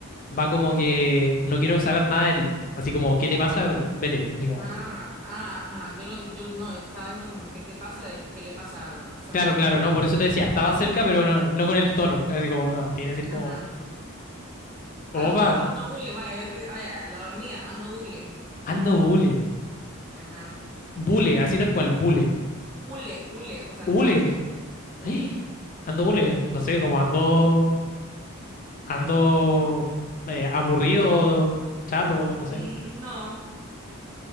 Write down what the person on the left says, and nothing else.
va como que no quiero saber nada de ti. Así como, ¿qué te pasa? Vete, así como.
Claro, claro, no, por eso te decía, estaba cerca, pero no, no con el tono. Así como, no, tiene que decir
como, opa,
ando bule.
Bule, así tal cual, bule.
Ule.
<gasps>
¡Eh! Ando, bole- no sé, como ando, ando eh, aburrido, chato,
no sé.